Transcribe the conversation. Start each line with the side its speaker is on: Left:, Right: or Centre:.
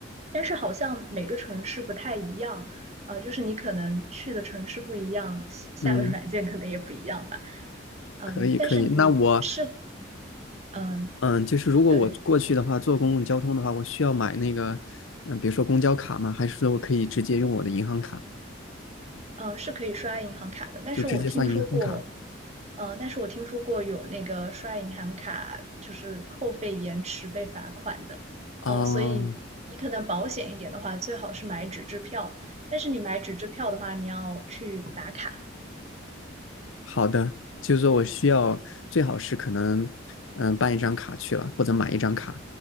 Right: 但是好像每个城市不太一样，呃，就是你可能去的城市不一样，下下的软件可能也不一样吧。
Left: 嗯。
Right: 嗯，
Left: 可以可以，
Right: 但是你是
Left: 那我
Right: 嗯，
Left: 嗯，就是如果我过去的话，
Right: 对。
Left: 坐公共交通的话，我需要买那个嗯，比如说公交卡吗？还是说我可以直接用我的银行卡，
Right: 嗯，是可以刷银行卡的，但是我听说过，
Left: 就直接算银行卡？
Right: 嗯，但是我听说过有那个刷银行卡就是扣费延迟被罚款的，
Left: 哦，
Right: 呃，所以你可能保险一点的话，最好是买纸质票，但是你买纸质票的话，你要去打卡，
Left: 好的，就是说我需要最好是可能嗯办一张卡去了，或者买一张卡，